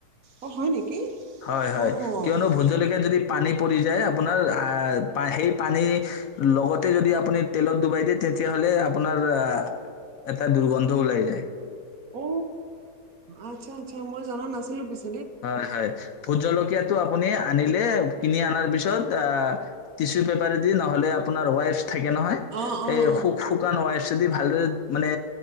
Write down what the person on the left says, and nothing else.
হয় হয়
কিয়নো ভোট জলকীয়াত যদি পানী পৰিযাই আপোনাৰ অ‌ সেই পানীৰ লগতে যদি আপোনি তেলত ডুবাই তেতিয়া হ'লে আপোনাৰ আহ এটা দুৰ্গন্ধ ওলাই যায়
হয় হয় বহুত জলকীয়াত ত আপুনি আনিলে কিনি আনাৰ পিছত আ টিচূপেপাৰে দি নহ'লে আপোনাৰ ৱাইপছ থাকে নহয়
হে
শুক শুকান ৱাইপ দি ভালদৰে মানে